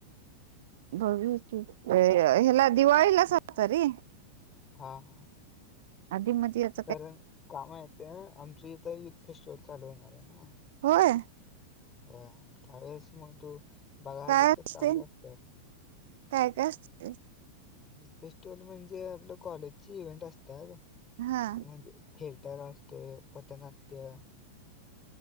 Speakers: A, on the right; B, on the left.
A: <unintelligible> ह्याला दिवाळीलाच आल्तारे.
B: हा हा.
A: आदी म त्यात.
B: कारण कामं येतं आमचइथं युथ फेस्टिवल चालू होणाराय ना.
A: होय.
B: हां त्यावेस मंग तू बघालीस
A: काय
B: तर
A: असते,
B: चाललं असतं
A: काय काय असते त्यात.
B: युथ फेस्टिवल म्हणजे आपलं कॉलेजची इव्हेंट असतात,
A: हा
B: म्हणजे थिएटर असतोय पथनाट्यं